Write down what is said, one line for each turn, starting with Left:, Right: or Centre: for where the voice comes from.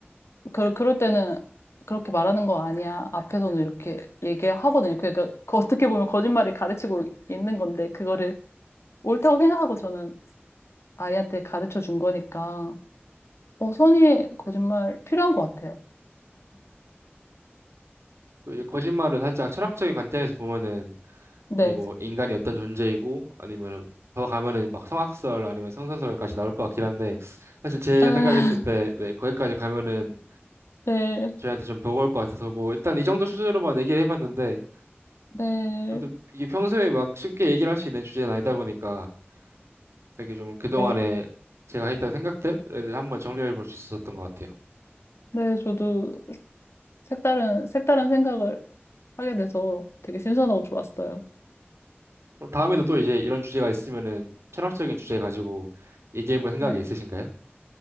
Left: 그, 그럴 때는 그렇게 말하는 거 아니야. 앞에서는 이렇게 얘기하거든요. 그러니까 그 어떻게 보면 거짓말이 가르치고 있는 건데 그거를 옳다고 생각하고 저는 아이한테 가르쳐 준 거니까 어, 선의의 거짓말 필요한 것 같아요.
Right: 또 이제 거짓말은 살짝 철학적인 관점에서 보면은
Left: 네.
Right: 이제 뭐 인간이 어떤 존재이고 아니면은 더 가면은 막 성악설 아니면 성선설까지 나올 것 같긴 한데 사실 제가
Left: 아,
Right: 생각했을 때 네, 거기까지 가면은
Left: 네.
Right: 저희한테 좀 버거울 것 같아서 뭐 일단 이 정도 수준으로만 얘기를 해봤는데
Left: 네.
Right: 그래도 이게 평소에 막 쉽게 얘기를 할 수 있는 주제는 아니다 보니까 되게 좀 그동안에
Left: 네.
Right: 제가 했던 생각들을 한번 정리해 볼 수 있었던 것 같아요.
Left: 네, 저도 색다른, 색다른 생각을 하게 돼서 되게 신선하고 좋았어요.
Right: 그럼 다음에도 또 이제 이런 주제가 있으면은 철학적인 주제 가지고 얘기해 볼 생각이
Left: 네.
Right: 있으신가요?